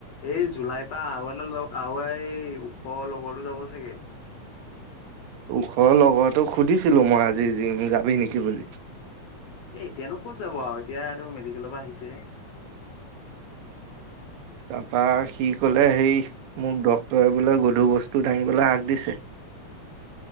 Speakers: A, on the left (about 70°); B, on the right (about 80°).
A: এই জুলাইৰ পা আৰু এটা লগ আৰু এই ওপৰ লগৰটো যাব চাগে?
B: ওচৰ লগৰটোক সুধিছিলো মই আজি জিম যাবি নেকি বুলি?
A: এ এতিয়ানো ক'ত যাব আও এতিয়া আৰু মেডিকেলৰ পৰা আহিছেহে।
B: তাপা সি কলে সেই মোক ডক্টৰে বোলে গধুৰ বস্তু দাঙিবলৈ হাক দিছে।